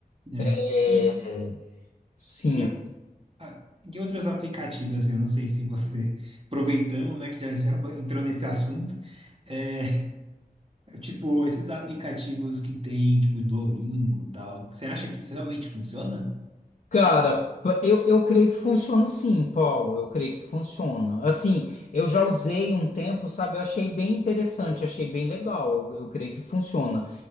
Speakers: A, on the right (about 40°); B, on the left (about 55°).
A: É.
B: É,
A: E,
B: Sim.
A: e, a, a- e outros aplicativos, assim, eu não sei se você, <laughs> aproveitando, né, que já, já ba- entrou nesse assunto, é, tipo, esses aplicativos que tem, tipo, Duolingo e tal, você acha que isso realmente funciona?
B: Cara, pa- eu, eu creio que funciona sim, Paulo. Eu creio que funciona. Assim, eu já usei um tempo, sabe? Eu achei bem interessante, achei bem legal. Eu, eu creio que funciona.